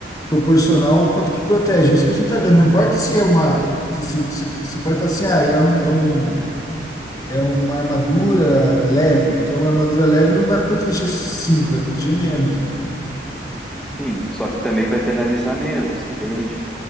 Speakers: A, on the left; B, in the centre.
A: proporcional ao quanto que protege. Isso que a gente está vendo. Não importa se é uma. Se, se, se, se pode falar assim, ah, é um, é um, é uma armadura leve. Então, uma armadura leve não vai proteger 5, vai proteger menos, entendeu?
B: Sim, só que também vai penalizar menos, entende?